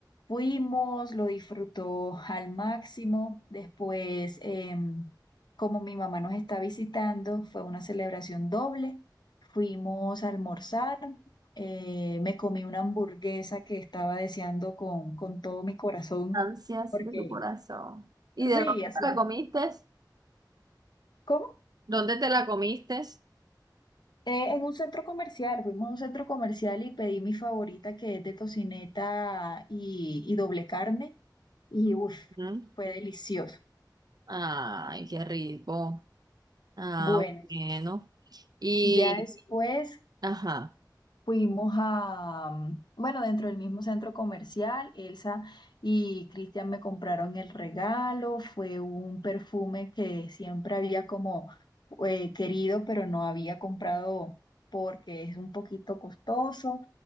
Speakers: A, on the left; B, on the right.
A: Fuimos, lo disfrutó al máximo. Después... em, como mi mamá nos está visitando, fue una celebración doble. Fuimos a almorzar, eh, me comí una hamburguesa que estaba deseando con, con todo mi corazón,
B: ansias
A: porque
B: de tu corazón. ¿Y
A: sí,
B: de dónde
A: hacía.
B: te la comiste?
A: ¿Cómo?
B: ¿Dónde te la comiste?
A: Eh, en un centro comercial, fuimos a un centro comercial y pedí mi favorita que es de tocineta y, y doble carne, y uff,
B: Ujú.
A: fue delicioso.
B: Ay, qué rico. Ah,
A: Bueno,
B: bueno. Y,
A: ya después
B: ajá,
A: Fuimos a, mm, bueno, dentro del mismo centro comercial, Elsa y Cristian me compraron el regalo, fue un perfume que siempre había como eh, querido, pero no había comprado porque es un poquito costoso.